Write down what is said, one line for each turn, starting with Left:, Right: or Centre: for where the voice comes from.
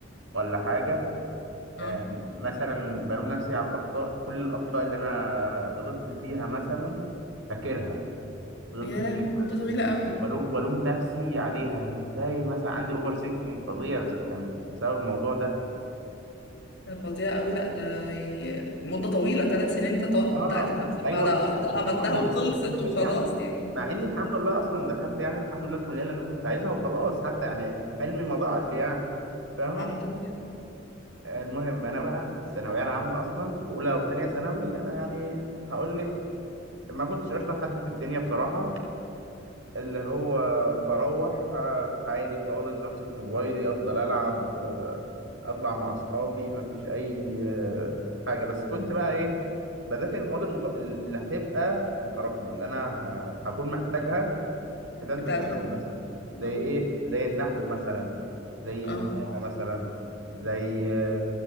Right: ولا حاجة
Left: اه
Right: آم، مثلا بلوم نفسي على الأخطاء كل الأخطاء اللي أنا غلطت فيها مثلا فاكرها فضلت
Left: يا
Right: فاكرها
Left: لهوي دي مدة طويلة
Right: و-
Left: قوي
Right: ولو- وألوم نفسي عليها أنا إزاي مثلا عندي أوفر سينكينج فظيع بس- كان بسبب الموضوع ده
Left: ده فظيع قوي لا ده يعني مدة طويلة ثلاث سنين انت تقعد
Right: اه
Left: تعاتب نفسك
Right: ايوه
Left: على
Right: فعلا
Left: أخطاء عملتها
Right: والله
Left: وخلصت
Right: مش
Left: وخلاص
Right: ناسيها
Left: يعني
Right: مع اني الحمد لله اصلا دخلت يعني الحمد لله الكليه اللي انا كنت عايزها وخلاص حتى يعني حلمي ما ضاعش يعني فاهمه
Left: الحمد لله
Right: آه، المهم انا بقى في الثانويه العامه اصلا في اولى وثانيه ثانوي انا يعني هقول لك ما كنتش اشطر حد في الدنيا بصراحه اللي هو بروح آه، عادي خالص بمسك موبايلي افضل العب آه، اطلع مع اصحابي مفيش اي آه، حاجه بس كنت بقى ايه بذاكر المواد المت... اللي هتبقى متراكمه اللي انا ه... هكون محتاجها في ثالثه
Left: في تالتة
Right: ثانوي مثلا زي
Left: اه
Right: ايه زي النحو مثلا زي
Left: اه
Right: البلاغه مثلا زي آه،